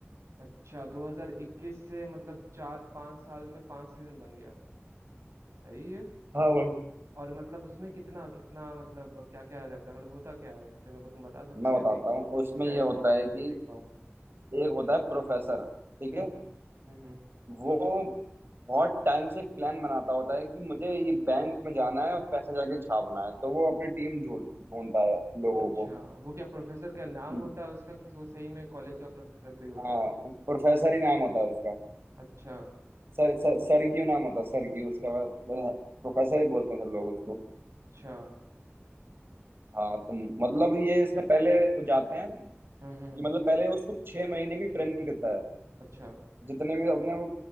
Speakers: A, on the right (about 90°); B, on the right (about 55°).
A: अच्छा 2021 से मतलब चार पांच साल में पांच सीजन बन गया सही है
B: हाँ वही
A: और मतलब उसमें कितना कितना मतलब क्या क्या रहता है मतलब होता क्या है उस पे मेरे को तुम बता सकते
B: मैं
A: हो क्योंकि
B: बताता
A: कुछ
B: हूँ उसमें
A: आइडिया
B: ये होता
A: होता फिर
B: है कि
A: मैं देख पाऊँ
B: एक होता है प्रोफेसर ठीक
A: हम्म
B: है
A: हम्म हम्म हम्म।
B: वो बहुत टाइम से प्लान बनाता होता है कि मुझे ये बैंक में जाना है और पैसे जाके छापना है तो वो अपनी टीम जोड़- ढूंढता है लोगों
A: अच्छा
B: को
A: वो क्या प्रोफेसर का नाम
B: कि
A: होता है उसका कि वो सही में कॉलेज का प्रोफेसर कोई होता
B: हाँ
A: है
B: प्रोफेसर ही नाम होता है उसका
A: अच्छा
B: सर, सर सरगियो नाम होता है सरगियो उसका मतलब प्रोफेसर ही बोलते हैं सब लोग उसको
A: अच्छा
B: हाँ तो मतलब ये इसमें पहले वो जाते हैं
A: हम्म हम्म
B: ये मतलब पहले उसको छह महीने की ट्रेनिंग देता है
A: अच्छा
B: जितने भी अपने वो